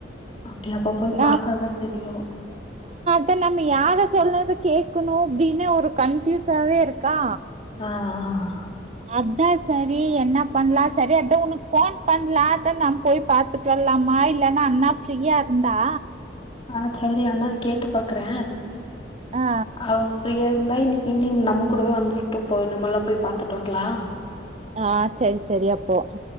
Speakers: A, on the left; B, on the right.
A: அப்டி அப்பப்போ
B: நா
A: பாத்தாதா தெரியு
B: து நம்ம யாரு சொல்றது கேக்கணு அப்டின்னு ஒரு கன்ஃபியுசாவே இருக்கா
A: அஹ் ஆஹ்
B: அதா சரி என்ன பண்லா சரி அதா ஒனக்கு ஃபோன் பண்லா அதா நா போய் பாத்துட்டு வர்லாமா இல்லனா அண்ணா ஃப்ரீயா இருந்தா
A: ஆஹ் செரி அண்ணாவ கேட்டு பாக்றே
B: ஆ
A: அவர் ஃப்ரீயா இருந்தா இன்னைக்கு ஈவ்னிங் நம்ம கூடவே வந்துர்ட்டு போய் நம்மலா போய் பாத்துட்டு வர்லா
B: ஆஹ் செரி செரி அப்போ